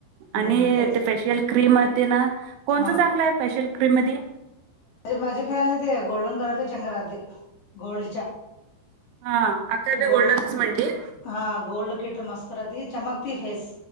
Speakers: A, on the right; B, on the left.
A: आणि
B: हम्म तेच
A: ते फेशियल क्रीम ते ना कोणचं
B: हो.
A: चांगलं आहे फेशियल क्रीम मध्ये?
B: माझ्या फॅनला ते गोल्डन कलर चंग राहते गोल्डच्या.
A: हा. अक्का बी
B: गोल्ड
A: गोल्डनच म्हटली
B: हा गोल्ड किट मस्त राहती चमकती फेस.